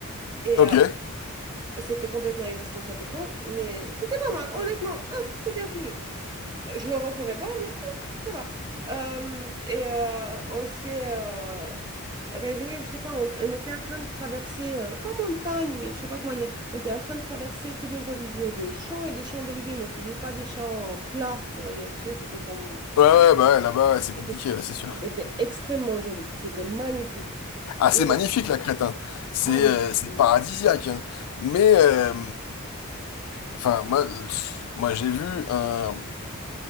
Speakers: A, on the right; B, on the left.
A: Et
B: Ok.
A: euh,
B: Ouais,
A: c'était complètement irresponsable, con, mais c'était pas mal, honnêtement. Ah, c'est bien fini. Je le referai pas, mais ah, ça va. Euh, et euh, on s'est euh, réveillé, je sais pas, on, on était en train de traverser, euh, pas montagne, mais je sais pas comment dire, on était en train de traverser que des oliviers, des champs et des champs d'oliviers, mais c'était des- pas des champs plats, on va dire. Tu sais, c'était comme,
B: ouais,
A: je sais pas,
B: bah ouais, là-bas, ouais, c'est compliqué,
A: c'était
B: ouais, c'est sûr.
A: c'était extrêmement joli, c'était magnifique.
B: Ah,
A: Et
B: c'est magnifique,
A: on-
B: la Crète, hein. C'est
A: ah, mais
B: euh, c'est
A: c'est.
B: paradisiaque, hein. Mais, euh, enfin, moi, pff, moi j'ai vu un,